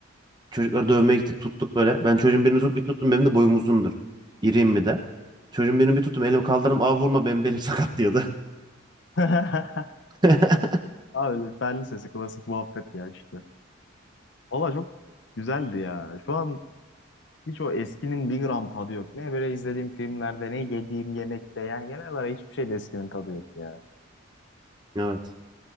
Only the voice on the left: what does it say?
<laughs>
Aa, öyle Berlin sesi klasik muhabbet ya işte. Valla çok güzeldi ya. Şu an hiç o eskinin bir gram tadı yok. Ne böyle izlediğim filmlerde ne yediğim yemekte yani genel olarak hiçbir şeyde eskinin tadı yok ya.